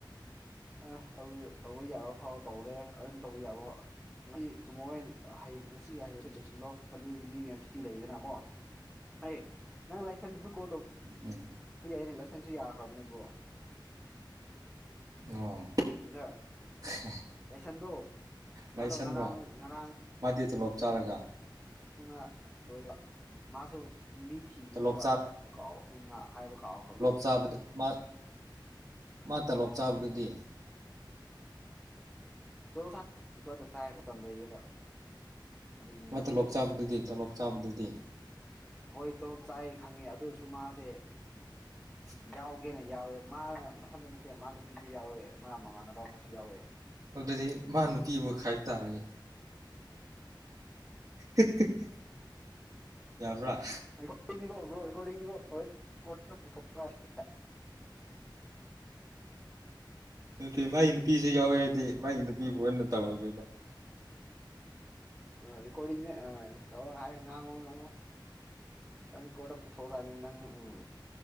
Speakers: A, in the centre; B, on the right (about 45°).
A: ꯑꯍ ꯇꯧ ꯇꯧꯕ ꯌꯥꯕ ꯐꯥꯎ ꯇꯧꯔꯦ ꯑꯔꯟ ꯇꯧꯕ ꯌꯥꯕꯥꯎ ꯉꯁꯤ ꯇꯨꯝꯃꯣꯏꯟ ꯍ ꯍꯌꯦꯡ ꯉꯁꯤꯒ ꯍꯌꯦꯡꯁꯦ ꯂꯣꯏꯁꯤꯜꯂꯣ ꯁꯟꯗꯦꯗꯗꯤ ꯃꯤ ꯃꯌꯥꯝ ꯁꯨꯇꯤ ꯂꯩꯌꯦꯗꯅꯀꯣ ꯑꯦꯍ ꯅꯪ ꯂꯥꯏꯊꯟꯗꯁꯨ ꯀꯣꯜ ꯇꯧ__
B: ꯍꯨꯝ
A: ꯍꯣꯏ ꯌꯥꯏꯅꯦ ꯂꯁꯟꯁꯨ ꯌꯥꯈ꯭ꯔꯕꯅꯦ ꯕ꯭ꯔꯣ
B: ꯑꯣ
A: ꯏꯟꯖꯔ
B: <unintelligible>
A: ꯂꯥꯏꯁꯟꯗꯣ
B: ꯂꯥꯏꯁꯟꯔꯣ
A: ꯃꯥꯗꯣ ꯉꯔꯥꯡ ꯉꯔꯥꯡ
B: ꯃꯥꯗꯤ ꯇꯣꯂꯣꯞ ꯆꯥꯔꯒ
A: ꯎꯉ ꯂꯣꯏꯔꯦ ꯃꯥꯁꯨꯞ ꯃꯤ ꯊꯤꯕꯅꯦꯕ
B: ꯇꯣꯂꯣꯞ
A: ꯑꯩ ꯀꯥꯎ ꯑꯩ ꯉꯥ ꯍꯥꯏꯕ ꯀꯥꯎꯈ꯭ꯔꯕꯒꯤ__
B: ꯆꯥꯕꯗ ꯃꯥ ꯃꯥ ꯇꯣꯂꯣꯞ ꯆꯥꯕꯗꯨꯗꯤ
A: ꯇꯣꯂꯣꯞ ꯆꯥ ꯍꯤ ꯒꯣꯠ ꯗ ꯇꯥꯏꯝ ꯃꯇꯝ ꯂꯩꯌꯦꯕ ꯑꯗꯨꯒꯤꯅꯤꯗ
B: ꯃꯥ ꯇꯣꯂꯣꯞ ꯆꯥꯕꯗꯨꯗꯤ ꯇꯣꯂꯣꯞ ꯆꯥꯕꯗꯨꯗꯤ
A: ꯍꯣꯏ ꯇꯣꯂꯣꯞ ꯆꯥꯏꯌꯦ ꯈꯪꯉꯦ ꯑꯗꯨ ꯑꯣꯏꯔꯁꯨ ꯃꯥꯁꯦ
B: <unintelligible>
A: ꯌꯥꯎꯒꯦꯅ ꯌꯥꯎꯋꯦꯕ ꯃꯥ ꯃꯊꯟꯇ ꯅꯠꯇꯦ ꯃꯥ ꯅꯨꯄꯤꯁꯨ ꯌꯥꯎꯋꯦ ꯃꯥ ꯃꯃꯥꯟꯅꯕ ꯑꯃꯁꯨ ꯌꯥꯎꯋꯦ
B: ꯑꯗꯨꯗꯤ ꯃꯥ ꯅꯨꯄꯤꯕꯨ ꯈꯥꯏꯕ ꯇꯥꯔꯦꯍꯦ <unintelligible> ꯌꯥꯕ꯭ꯔꯥ <unintelligible> <unintelligible>
A: ꯔꯦꯀꯣꯔꯗꯤꯡꯅꯤꯀꯣ ꯕ꯭ꯔꯣ ꯔꯦꯀꯣꯔꯗꯤꯡꯅꯤꯀꯣ ꯍꯣꯔꯦꯟ ꯀꯣꯟꯅ ꯄꯨꯊꯣꯛꯅꯤꯀꯣ
B: ꯅꯠꯇꯦ ꯃꯥꯒꯤ ꯅꯨꯄꯤꯁꯨ ꯌꯥꯎꯋꯦ__ ꯇꯦ ꯃꯥꯒꯤ ꯅꯨꯄꯤꯕꯨ ꯑꯣꯏꯅ ꯇꯧꯔꯒꯦꯕ
A: ꯑ ꯔꯦꯀꯣꯔꯗꯤꯡꯅꯦ ꯑ ꯇꯧꯌꯣ ꯍꯥꯏꯑꯦ ꯉꯥꯡꯉꯣ ꯉꯥꯡꯉꯣ ꯑꯪ ꯀꯣꯔꯇ ꯄꯨꯊꯣꯛꯑ ꯀꯥꯟꯗ ꯅꯪ ꯎꯝ